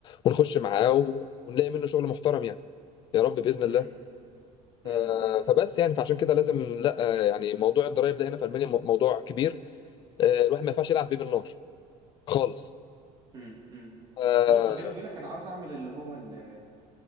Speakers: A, on the left (about 30°); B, on the right (about 30°).
A: ونخش معاه و... ونلاقي منه شغل محترم يعني يا رب باذن الله
B: مم، مم،
A: ف...
B: مم،
A: فبس يعني فعشان كده لازم لا آه، يعني موضوع الضرايب ده هنا في المانيا م- موضوع كبير آه، الواحد ما ينفعش يلعب بيه بالنار خالص
B: مم، مم.
A: آه،
B: بص بيني وبينك انا عاوز اعمل اللي هو اللي